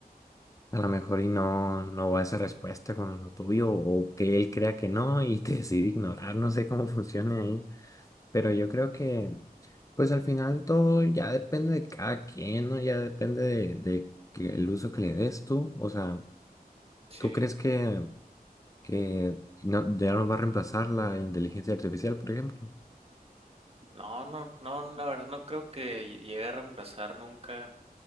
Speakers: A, on the left (about 20°); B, on the right (about 40°).
A: a lo mejor y no, no va esa respuesta con lo tuyo, o que él crea que no y <laughs> te decide ignorar, no sé cómo funciona ahí. Pero yo creo que, pues al final de todo ya depende de cada quien, ¿no? Ya depende de, de que el uso que le des tú. O sea,
B: Sí.
A: ¿tú crees que, que no, ya nos va a reemplazar la inteligencia artificial, por ejemplo?
B: No, no, no, la verdad no creo que lle- llegue a reemplazar nunca